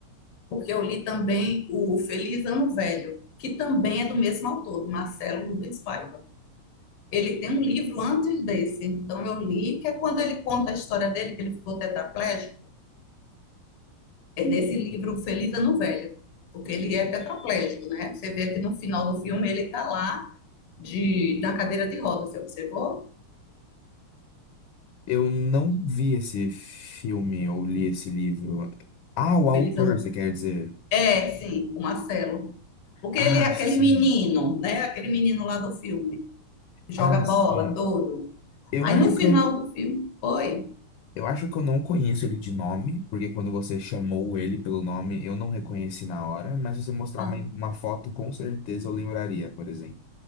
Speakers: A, on the left; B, on the left.
A: porque eu li também o Feliz Ano Velho, que também é do mesmo autor, do Marcelo Rubens Paiva. Ele tem um livro antes desse, então eu li, que é quando ele conta a história dele, que ele ficou tetraplégico, é nesse livro Feliz Ano Velho, porque ele é tetraplégico, né? Você vê que no final do filme ele está lá de, na cadeira de rodas, você observou?
B: Eu não vi esse filme ou li esse livro. Ah, o
A: Feliz
B: autor,
A: Ano
B: você quer dizer?
A: É, sim, o Marcelo. Porque
B: Ah,
A: ele é aquele
B: sim.
A: menino, né? Aquele menino lá do filme. que Joga
B: Ah,
A: bola,
B: sim.
A: tudo.
B: Eu
A: Aí
B: acho
A: no final
B: que eu
A: do filme, foi.
B: Eu acho que eu não conheço ele de nome, porque quando você chamou ele pelo nome, eu não reconheci na hora, mas se você mostrar
A: Ah,
B: uma, uma foto, com certeza eu lembraria, por exemplo.